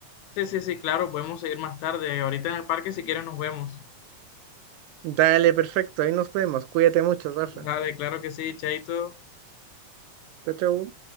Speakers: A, on the left (about 85°); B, on the right (about 85°).
A: Sí, sí, sí, claro, podemos seguir más tarde. Ahorita en el parque si quieres nos vemos.
B: Dale, perfecto. Ahí nos vemos. Cuídate mucho, Rafa.
A: Dale, claro que sí, Chaito.
B: Chao, chao.